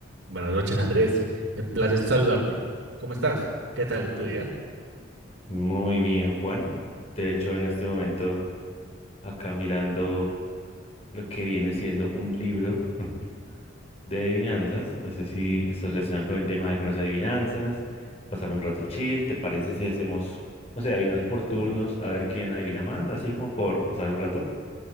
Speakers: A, on the right; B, on the left.
A: Buenas noches, Andrés. Me place saludarte. ¿Cómo estás? ¿Qué tal tu día?
B: Muy bien, Juan. De hecho, en este momento, acá mirando lo que viene siendo un libro <laughs> de adivinanzas. No sé si estás relacionado con el tema de algunas adivinanzas. Pasar un rato chill. ¿Te parece si hacemos, no sé, adivinanzas por turnos? A ver quién adivina más, así como por pasar el rato.